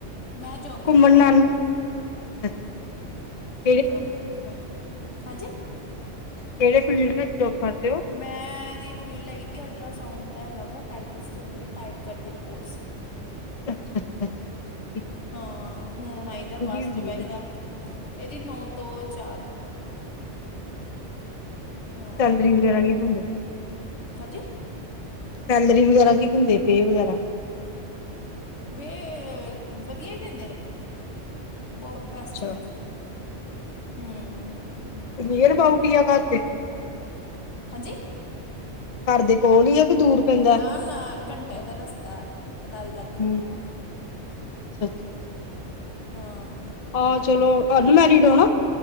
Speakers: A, on the left; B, on the left.
A: ਮੈਂ ਜੋਬ ਕਰਦੀ
B: ਘੁੰਮਣ
A: ਆ।
B: ਨਾਲ <inaudible>
A: ਜੋਬ ਕਰਦੀ ਮੈਂ ਹਾਂਜੀ।
B: ਕੇੜੇ ਫੀਲਡ ਵਿੱਚ ਜੋਬ ਕਰਦੇ ਓ?
A: ਮੈਂ ਰੀ ਫੀਲਡ ਹੈਗੀ ਅਲਟਰਾਸਾਊਂਡ ਦਾ ਹੈਗਾ ਵਾ ਟਪਿਸਟ ਹੈਗੀ ਆ ਟਾਈਪ ਕਰਦੀ ਰਿਪੋਰਟਸ।
B: ਅੱਛਾ-ਅੱਛਾ-ਅੱਛਾ
A: ਹਾਂ ਹੁਣ ਆਈਦਾ ਬੱਸ
B: ਹੁੰਦੀ
A: ਚ ਬਈਦਾ
B: ਇਹਦੇ
A: ਏਦੀ ਨੌ ਤੋਂ ਚਾਰ। ਹਾਂ
B: ਸੈਲਰੀ ਵਗੈਰਾ ਨੀ ਦਿੰਦੇ।
A: ਹਾਂਜੀ?
B: ਸੈਲਰੀ ਵਗੈਰਾ ਕੀ ਦਿੰਦੇ ਪੇ ਵਗੈਰਾ?
A: ਵੇ ਵਧੀਆ ਈ ਦਿੰਦੇ ਨੇ। ਬੋ ਬੈਸਟ
B: ਅੱਛਾ
A: ਹੈਗੀ ਐ ਹੂੰ।
B: ਨੀਅਰ ਅਬਾਊਟ ਈ ਆ ਘਰ ਦੇ?
A: ਹਾਂਜੀ?
B: ਘਰ ਦੇ ਕੋਲ ਈ ਆ ਕ ਦੂਰ? ਪੈਂਦਾ
A: ਨਾ-ਨਾ ਇੱਕ ਘੰਟੇ ਦਾ‌ ਰਸਤਾ ਪਟਾਰੀ ਲਾਗੇ।
B: ਹਮ ਅੱਛਾ ਛਾ-ਛਾ
A: ਹਾਂ।
B: ਆ ਚਲੋ ਅਨਮੈਰਿਡ ਓ ਨਾ।